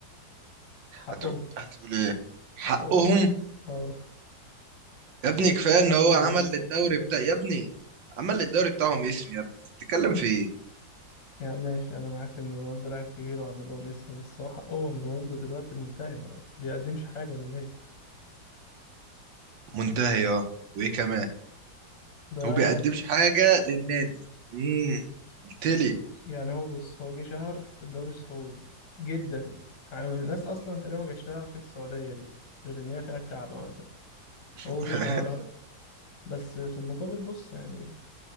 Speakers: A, on the left; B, on the right.
A: حقهم
B: هتقول, هتقول ايه حقهم
A: حقهم اه
B: يا ابني
A: يعني
B: كفاية
A: انت حمدوني
B: ان هو عمل للدوري بتاع يا ابني عمل للدوري بتاعهم اسم يا ابني بتتكلم في ايه
A: يا ماشي انا معاك ان رونالدو لاعب كبير وعمل لهم اسم بس هو حقهم رونالدو دلوقتي منتهي ما بيقدمش حاجة للنادي
B: منتهي اه وايه كمان
A: ده
B: هو بيقدمش حاجة للنادي امم تلي
A: يعني هو بص هو جه شهر الدوري السعودي جدا يعني الناس اصلا تقريبا ما كانتش تعرف ايه السعودية دي غير ان هي فيها الكعبة مثلا
B: <laughs>
A: هو جه شهرها بس في المقابل بص يعني